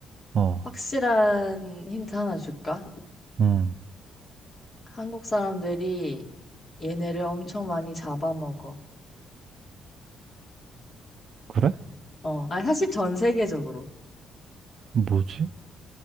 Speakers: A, on the right (about 60°); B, on the left (about 35°).
A: 어,
B: 확실한 힌트 하나 줄까?
A: 응,
B: 한국 사람들이 얘네를 엄청 많이 잡아먹어.
A: 그래?
B: 어, 아니 사실 전 세계적으로.
A: 뭐지?